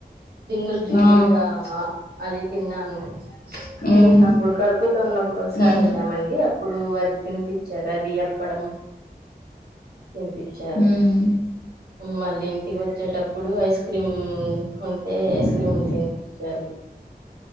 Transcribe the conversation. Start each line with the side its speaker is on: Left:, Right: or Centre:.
Right: రింగుల్ రింగుల్
Left: ఆ
Right: గా ఆ అది తిన్నాను. అంటే,
Left: ఉమ్
Right: నేనప్పుడు కడుపుతో ఉన్నప్పుడు ఒకసారి
Left: ఉమ్
Right: వెళ్ళామండి అప్ ఇప్పుడూ అది తినిపిచ్చారు అది అప్పడం తినిపిచ్చారు.
Left: ఉమ్
Right: మళ్ళీ ఇంటికి వచ్చేటప్పుడు, ఐస్ క్రీమ్ ఉంటే, ఐస్ క్రీమ్ తినిపిచ్చారు.